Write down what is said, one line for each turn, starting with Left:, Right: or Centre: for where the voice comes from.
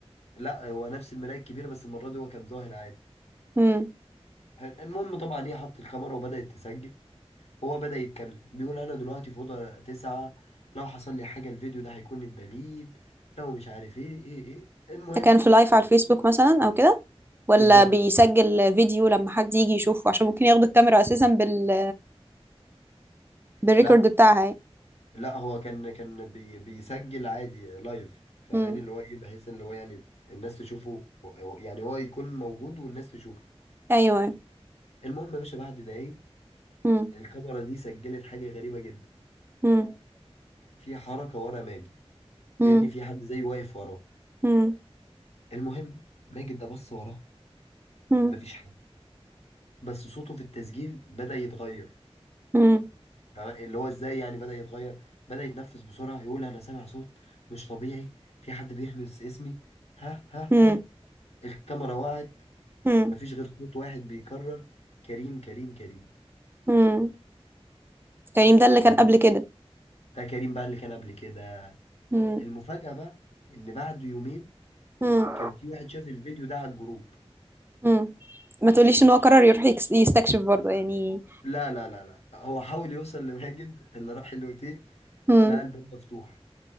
Left: لا هو نفس المرايه الكبيره بس المره دي هو كان ظاهر عادي
Right: مم.
Left: حلو. المهم طبعا هي حط الكاميرا وبدات تسجل هو بدا يتكلم بيقول انا دلوقتي في اوضه تسعة لو حصل لي حاجه الفيديو ده هيكون الدليل لو مش عارف ايه ايه ايه المهم
Right: ده كان في لايف على الفيسبوك مثلا او كده ولا
Left: بالظبط
Right: بيسجل فيديو لما حد يجي يشوفه عشان ممكن ياخدوا الكاميرا اساسا بال بالريكورد
Left: لا
Right: بتاعها يعني.
Left: لا هو كان كان بي بيسجل عادي لايف فاهماني
Right: مم.
Left: اللي هو ايه بحيث ان اللي هو يعني الناس تشوفه و- يعني هو يكون موجود والناس تشوفه
Right: ايوه
Left: المهم يا باشا بعد دقايق
Right: مم.
Left: الكاميرا دي سجلت حاجة غريبة جدا
Right: مم.
Left: في حركة ورا ماجد
Right: مم.
Left: كأن في حد زي واقف وراه
Right: مم.
Left: المهم ماجد ده بص وراه
Right: مم.
Left: مفيش حد بس صوته في التسجيل بدأ يتغير
Right: مم.
Left: فاهمة؟ اللي هو ازاي يعني بدأ يتغير بدأ يتنفس بسرعة يقول انا سامع صوت مش طبيعي في حد بيهمس اسمي ها ها
Right: مم.
Left: ها الكاميرا وقعت
Right: مم.
Left: مفيش غير صوت واحد بيكرر كريم كريم كريم
Right: مم. كريم ده اللي كان
Left: كريم
Right: قبل كده
Left: ده كريم بقى اللي كان قبل كده
Right: مم.
Left: المفاجأة بقى إن بعد يومين
Right: مم.
Left: كان في واحد شاف الفيديو ده على الجروب
Right: مم. ما تقوليش ان هو قرر يروح يكس- يستكشف برضه يعني
Left: لا لا لا لا هو حاول يوصل لماجد اللي راح الأوتيل
Right: مم.
Left: لقى الباب مفتوح